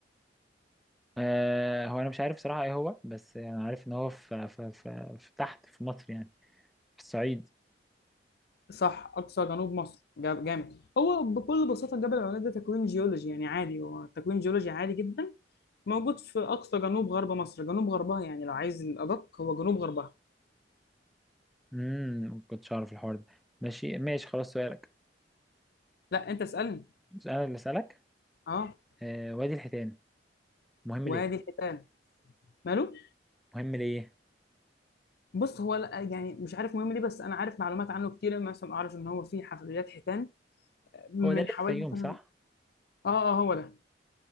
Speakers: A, in the centre; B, on the left.
A: آه هو انا مش عارف صراحة ايه هو بس انا عارف ان هو في في في, في تحت في مصر يعني في الصعيد
B: صح اقصى جنوب مصر جا- جامد هو بكل بساطه جبل العوينات ده تكوين جيولوجي يعني عادي هو تكوين جيولوجي عادي جدا موجود في اقصى جنوب غرب مصر جنوب غربها يعني لو عايز الادق هو جنوب غربها
A: امم ما كنتش اعرف الحوار ده ماشي ماشي خلاص سؤالك
B: لا انت اسالني
A: انا اللي اسالك
B: اه
A: آه وادي الحيتان مهم
B: وادي
A: ليه
B: الحيتان ماله
A: مهم ليه
B: بص هو لا- يعني مش عارف مهم ليه بس انا عارف معلومات عنه كتير مثلا اعرف ان هو فيه حفريات حيتان من
A: هو ده اللي
B: حوالي
A: في الفيوم
B: مثلا
A: صح
B: اه اه هو ده